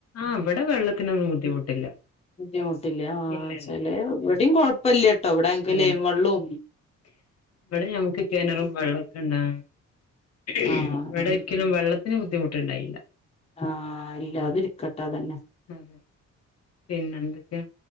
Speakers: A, on the left; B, on the left.
A: ആഹ് ഇവടെ വെള്ളത്തിനൊന്നും ബുദ്ധിമുട്ടില്ല
B: ബുദ്ധിമുട്ടില്ലാ
A: ഇല്ല ഇല്ല
B: ചെലേ വിടിം കൊഴപ്പില്ല ട്ടോ ഇവിടെ ഞങ്ങക്ക്
A: ആഹ്
B: ലൈൻ വെള്ളോം
A: ഇവിടെ നമ്മക്ക് കെണറും വെള്ളക്കെണ്ടാ ഇവിടോരിക്കലും
B: ആഹ്
A: വെള്ള ത്തിന് ബുദ്ധിമുട്ടുണ്ടായില്ല
B: ആഹ് ഇല്ലാതിരിക്കട്ടെ അതന്നെ
A: അതെ പിന്നെന്തൊക്കെ